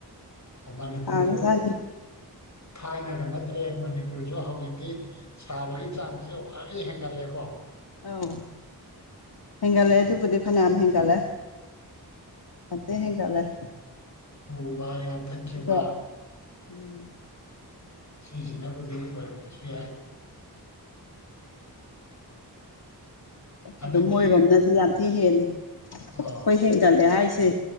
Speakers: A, on the left; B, on the left.
A: ꯍ ꯃꯅꯤꯄꯨꯔꯁꯨ
B: ꯁꯥꯒ꯭ꯔꯖꯥꯠꯅꯤ
A: ꯊꯥꯏꯅꯒ ꯅꯠꯇ꯭ꯔꯦ ꯃꯅꯤꯄꯨꯔꯁꯨ ꯍꯧꯖꯤꯛꯇꯤ ꯁꯥꯕꯒꯤ ꯆꯥꯡꯁꯤ ꯋꯥꯈꯗꯤ ꯍꯦꯟꯒꯠꯂꯦꯀꯣ
B: ꯑꯧ ꯍꯦꯡꯒꯥꯜꯂꯦ ꯑꯗꯨꯗꯨꯕꯨꯗꯤ ꯐꯅꯑꯝ ꯍꯦꯡꯒꯥꯜꯂꯦ <unintelligible>
A: ꯑꯣ ꯋꯥ ꯌꯥꯟꯊꯠꯈꯤꯕ
B: ꯑꯗꯨꯒ ꯎꯝ
A: ꯁꯤꯁꯤꯅꯕꯨꯗꯤ ꯑꯣꯏꯔꯝꯕꯁꯨ ꯌꯥꯏ ꯍꯟꯗꯛꯀꯤ
B: ꯑꯗꯨ ꯃꯣꯏꯔꯣꯝꯅꯗꯤ ꯌꯥꯝ ꯊꯤ ꯍꯦꯜꯂꯦ ꯑꯩꯈꯣꯏ
A: ꯑꯣ
B: ꯍꯦꯟꯒꯠꯂꯦ ꯍꯥꯏꯁꯦ